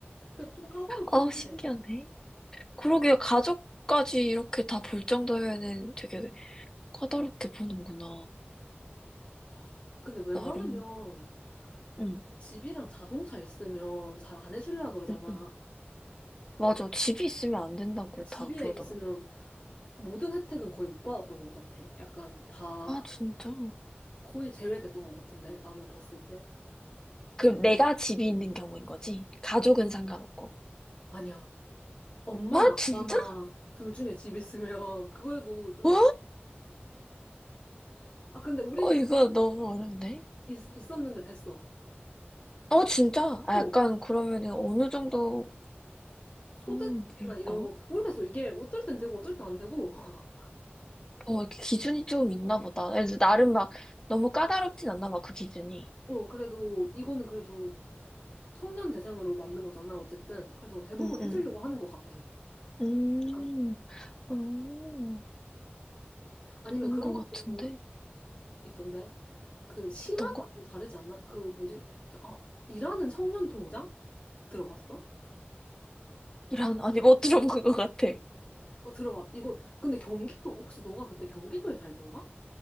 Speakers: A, on the left; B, on the left.
A: 그, 좀 까다롭긴
B: 아, 신기하네.
A: 해.
B: 그러게요. 가족까지 이렇게 다 볼 정도면은 되게 까다롭게 보는구나.
A: 아, 근데 웬만하면
B: 나름. 응.
A: 집이랑 자동차 있으면 잘 안 해주려고 그러잖아.
B: 응. 응. 맞아. 집이 있으면 안 된다고
A: 집에
B: 다 그러더라고.
A: 있으면 모든 혜택은 거의 못 받았던 것 같아. 약간 다
B: 아, 진짜?
A: 거의 제외됐던 것 같은데, 나는 봤을 때.
B: 그럼 내가 집이 있는 경우인 거지? 가족은 상관없고.
A: 아니야. 엄마나
B: 아,
A: 아빠나
B: 진짜?
A: 둘 중에 집 있으면 그거라도 좀
B: 어?
A: 약간 아 근데 우리
B: 어,
A: 집
B: 이거 너무 어렵네.
A: 있, 있었는데 됐어.
B: 어, 진짜? 아,
A: 어
B: 약간 그러면은 어느 정도,
A: 소득이나
B: 음, 일까?
A: 이런 거 모르겠어. 이게 어떨 땐 되고 어떨 땐 안 되고. <laughs>
B: 어, 이렇게 기준이 좀 있나 보다. 그래서 나름 막 너무 까다롭진 않나 봐, 그 기준이.
A: 어 그래도 이거는 그래도 청년 대상으로 만든 거잖아 어쨌든. 그래서 대부분
B: 응, 응.
A: 해주려고 하는 것 같아.
B: 음,
A: 약간
B: 어,
A: 아니면
B: 그런
A: 그런
B: 거
A: 것도
B: 같은데?
A: 있던데 그 시마다
B: 어떤 거?
A: 좀 다르지 않나? 그 뭐지? 저, 아 일하는 청년 통장 들어봤어?
B: 이런, 아니, 못 들어본 것 같아.
A: 어 들어봤. 이거 근데 경기도 혹시 너가 그때 경기도에 살던가?